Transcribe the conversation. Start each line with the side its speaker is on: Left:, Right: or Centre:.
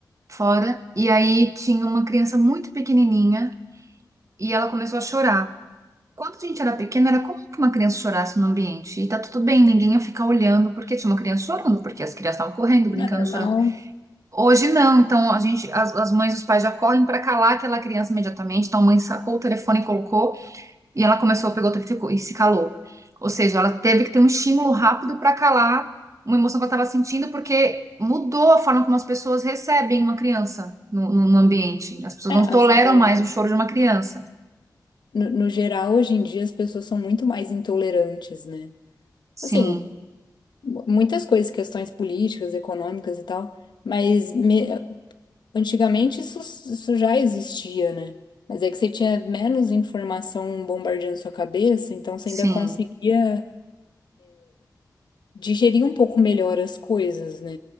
Right: fora. E aí tinha uma criança muito pequenininha e ela começou a chorar. Quando a gente era pequena, era comum que uma criança chorasse no ambiente. E tá tudo bem, ninguém ia ficar olhando porque tinha uma criança chorando, porque as crianças estavam correndo, brincando,
Left: não é normal.
Right: chorando. Hoje não, então a gente, as, as mães e os pais já correm para calar aquela criança imediatamente. Então a mãe sacou o telefone e colocou, e ela começou a pegar o telefone e ficou- e se calou. Ou seja, ela teve que ter um estímulo rápido para calar uma emoção que ela estava sentindo, porque mudou a forma como as pessoas recebem uma criança no, no no ambiente. As pessoas
Left: É,
Right: não toleram
Left: as- é,
Right: mais o choro de uma criança.
Left: no, no geral, hoje em dia, as pessoas são muito mais intolerantes, né?
Right: Sim,
Left: Assim, mu- muitas coisas, questões políticas, econômicas e tal, mas me- antigamente isso, isso já existia, né? Mas é que você tinha menos informação bombardeando sua cabeça, então você
Right: sim,
Left: ainda conseguia. digerir um pouco melhor as coisas, né?